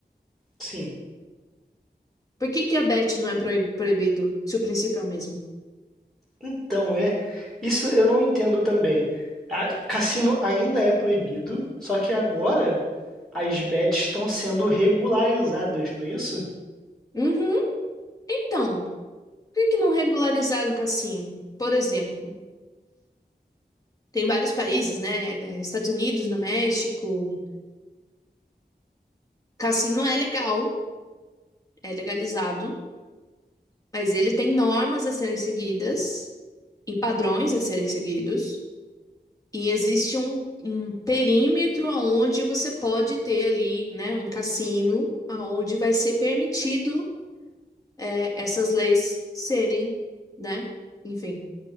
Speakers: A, in the centre; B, on the left (about 20°).
A: Sim.
B: Por que que a bet não é proib- proibido, se o princípio é o mesmo?
A: Então, é. Isso eu não entendo também. A- cassino ainda é proibido, só que agora as bets estão sendo regularizadas, não é isso?
B: Uhum. Então, por que que não regularizaram o cassino? Por exemplo, tem vários países, né? é, Estados Unidos, no México, cassino é legal, é legalizado, mas ele tem normas a serem seguidas e padrões a serem seguidos. E existe um, um perímetro aonde você pode ter ali, né, um cassino, aonde vai ser permitido, é, essas leis serem, né? Enfim.